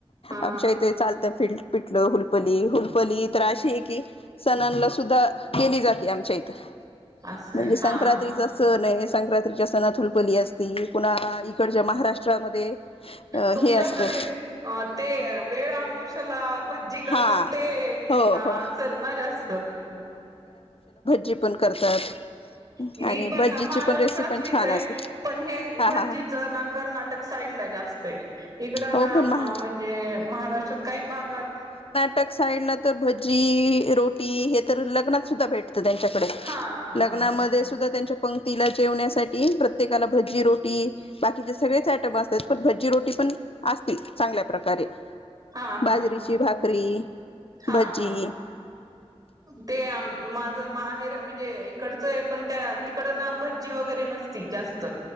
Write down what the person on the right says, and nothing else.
हा
असं
आहे
हा हा
तुमच्याकडे
ते वेळ आमोशेला भज्जीं करतात
ते
असेल
ना जास्त?
मी
पण
ना महाराष्ट्रातलीचय,
पण हे
भज्जीचं
ना कर्नाटक साईड ला जास्तय इकडं
ना
म्हणजे महाराष्ट्रात काही भागात
हा हा
हा
हा
हा
हा
हा ते माझ माहेर म्हणजे इकडं चय पण त्या तिकडं ना भज्जीं वगैरे नसती जास्त